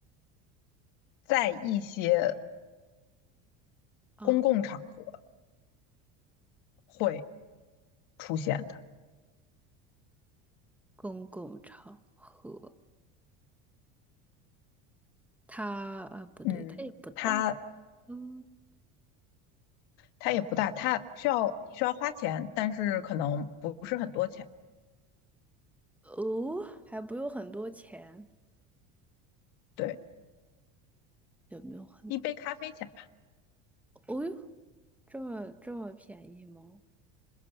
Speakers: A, on the left (about 70°); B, in the centre.
A: 在一些
B: 啊，
A: 公共场合会出现的。
B: 公共场合。他啊，不对，
A: 嗯，
B: 他也不大，
A: 它
B: 嗯，
A: 它也不大，它需要你需要花钱，但是可能不是很多钱，
B: 哦，还不用很多钱，
A: 对，
B: 也没有很
A: 一杯咖啡钱吧，
B: 哦哟，这么这么便宜吗？